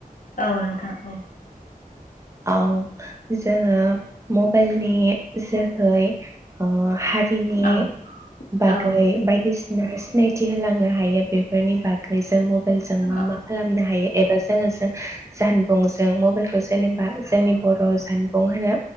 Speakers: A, on the left; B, on the right.
A: औ नोंथां औ।
B: औ। जोङो मबाइलनि जोहै ओ हारिनि
A: औ
B: बागै
A: औ
B: बायदिसि नो सिनायथि होलांनो हायो बेफोरनि बागै जों मबाइलजों मा
A: औ
B: मा खालामनो हायो एबा जोङो जों जानबुंजों म बेखौ जेने बा जोंनि बर' जानबुं होनो